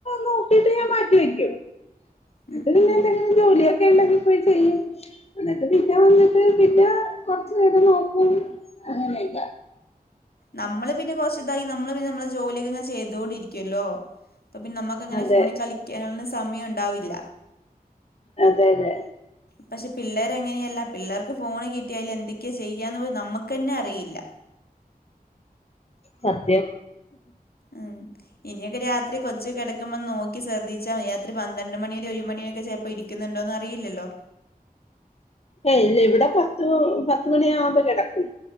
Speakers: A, on the left; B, on the left.
A: നോക്കിയിട്ട് ഞാൻ മാറ്റി വെക്കും
B: ഉം
A: അപ്പൊ പിന്നേ
B: ഉം
A: എന്തെങ്കിലും ജോലിയൊക്കെ ഉണ്ടങ്കി പോയി ചെയ്യും എന്നിട്ട് പിന്നെ വന്നിട്ട് പിന്നെ കൊർച്ച് നേരം നോക്കും അങ്ങനൊക്കെ
B: നമ്മള് പിന്നെ കൊർച്ച് ഇതായി നമ്മള് പിന്നെ നമ്മളെ ജോലിങ്ങനെ ചെയ്തൊണ്ടിരിക്കുവല്ലോ അപ്പൊ പിന്നെ നമ്മക്ക് ഇങ്ങനെ
A: അതെ
B: ഫോണിൽ കളിക്കാനുള്ള സമയം ഉണ്ടാവില്ല
A: അതെ അതെ
B: പക്ഷെ പിള്ളേരെ അങ്ങനെയല്ല പിള്ളർക്ക് ഫോൺ കിട്ടിയാല് അതിൽ എന്തൊക്കെയാ ചെയ്യാന്ന് നമ്മക്ക് ക്കെന്നെ അറിയില്ല
A: സത്യം
B: ഉം ഇനിയോക്കെ രാത്രി കൊച്ച് കിടക്കുമ്പോ നോക്കി ശ്രെദ്ധിച്ചമായി ഒരു പന്ത്രണ്ട് മണിരെ ഒരു മണിയൊക്കെ ചിലപ്പോ ഇരിക്കുന്നുണ്ടോന്ന് അറിയില്ലല്ലോ
A: ഏയ് ഇല്ല ഇവിടെ പത്ത് പത്ത് മണിയ ആവുമ്പോ കിടക്കും